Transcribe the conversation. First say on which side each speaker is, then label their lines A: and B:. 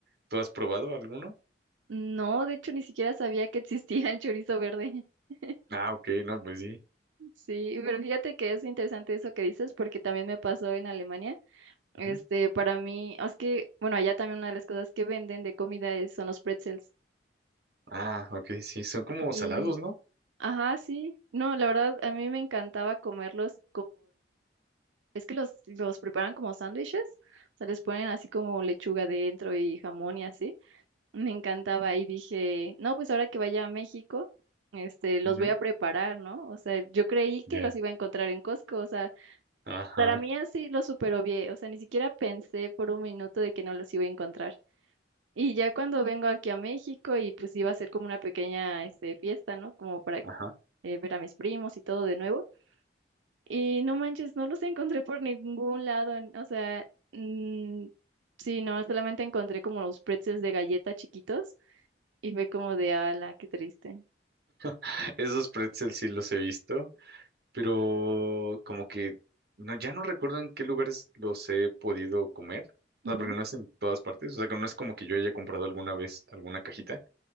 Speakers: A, on the right (about 55°); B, on the right (about 80°).
A: ¿Tú has probado alguno?
B: No, de hecho, ni siquiera sabía que existía el chorizo verde. <laughs>
A: Ah, ok, no, pues sí.
B: Sí, pero Ujú. fíjate que es interesante eso que dices, porque también me pasó en Alemania. Este,
A: Ujú.
B: para mí, es que, bueno, allá también una de las cosas que venden de comida es, son los pretzels.
A: Ah, ok, sí, son como
B: Y,
A: salados, ¿no?
B: ajá, sí. No, la verdad, a mí me encantaba comerlos Es que los, los preparan como sándwiches, o sea, les ponen así como lechuga dentro y jamón y así. Me encantaba y dije, no, pues ahora que vaya a México, este, los
A: Ujú,
B: voy a preparar, ¿no? O sea, yo creí que
A: Ya.
B: los iba a encontrar en Costco, o sea,
A: Ajá,
B: para mí así los super obvié, o sea, ni siquiera pensé por un minuto de que no los iba a encontrar. Y ya cuando vengo aquí a México y pues iba a ser como una pequeña, este, fiesta, ¿no? Como para
A: ajá.
B: eh, ver a mis primos y todo de nuevo. Y no manches, no los encontré por ningún lado. en- O sea, mm, sí, no, solamente encontré como los pretzels de galleta chiquitos y fue como de ala, qué triste.
A: <laughs> Esos pretzels sí los he visto, pero como que no, ya no recuerdo en qué lugares los he podido comer. O
B: Ujú,
A: sea, porque no es en todas partes. O sea, que no es como que yo haya comprado alguna vez alguna cajita.